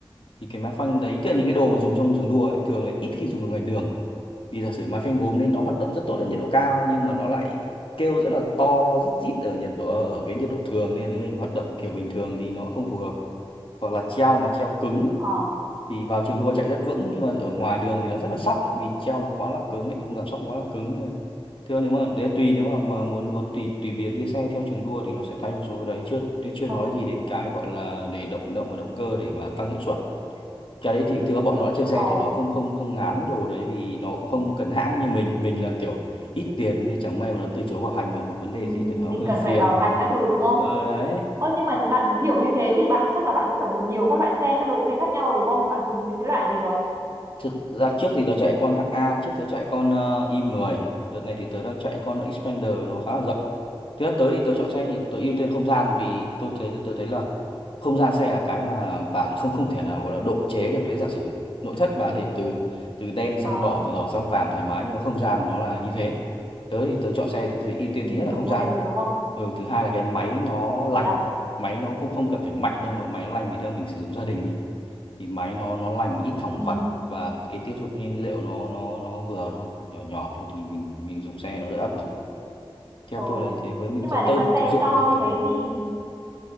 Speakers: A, on the left; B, on the right.
A: thì cái má phanh đấy tức là những cái đồ mà dùng trong trường đua ấy, thường lại ít khi dùng được ngoài đường vì giả sử mà phanh gốm nên nó hoạt động rất tốt ở nhiệt độ cao nhưng mà nó lại kêu rất là to rít rít ở nhiệt độ ở cái nhiệt độ thường nên nếu mình hoạt động kiểu bình thường thì nó không phù hợp hoặc là treo mà treo cứng
B: Ờ,
A: thì vào trường đua chạy rất vững nhưng mà ở ngoài đường thì nó rất là sóc vì treo nó quá là cứng hệ thống giảm sóc quá là cứng nên là- thưa nếu mà để tùy nếu mà, mà muốn muốn tùy tùy biến cái xe theo trường đua thì nó sẽ thay một số cái đấy chưa chưa
B: ờ,
A: nói gì đến cái gọi là để động động và động cơ để mà tăng hiệu suất cái đấy thì thưa bọn nó đã chơi xe
B: ờ,
A: thì nó không không không ngán đồ đấy vì nó cũng không cần hãng như mình mình là kiểu ít tiền nên chẳng may mà nó từ chối bảo hành mà gặp vấn đề
B: ừ.
A: gì thì nó
B: Mình
A: hơi
B: cần
A: phiền
B: phải bảo hành các thứ đúng không?
A: ờ đấy
B: Ơ nhưng mà bạn hiểu như thế thì bạn chắc là bạn cũng phải dùng nhiều các loại xe, các đồi xe khác nhau rồi đúng không? Bạn dùng những cái loại gì rồi?
A: Thực ra trước thì tớ chạy con hạng A, trước tớ chạy con ờ, i10, đợt này thì tớ đang chạy con Xpander nó khá là rộng. Thứ nhất tới thì tớ chọn xe thì tớ ưu tiên không gian vì tôi thấy tớ thấy là không gian xe là cái mà bà không không thể nào gọi là độ chế được đấy giả sử nội thất bà có thể từ từ đen sang
B: À,
A: đỏ từ đỏ sang vàng thoải mái nhưng mà không gian nó là như thế tớ thì tớ chọn xe tớ thì ưu tiên
B: ừ,
A: thứ nhất
B: nó
A: là không
B: cố
A: gian
B: định rồi đúng không?
A: ừ, thứ hai là cái máy nó lành
B: Thế à?
A: máy nó không không cần phải mạnh đâu mà máy nó lành vì theo mình sử dụng gia đình ý thì máy nó nó lành ít thẳng
B: Ừ.
A: vặt và cái tiêu thụ nhiên liệu nó nó nó vừa thôi nhỏ nhỏ thôi thì mình mình dùng xe nó đỡ áp lực theo
B: Ờ.
A: tôi là như thế với mình
B: Nhưng
A: sẽ-
B: mà nếu
A: tôi
B: mà xe
A: thực dụng
B: to
A: ừ,
B: như
A: kiểu
B: thế thì
A: ừ.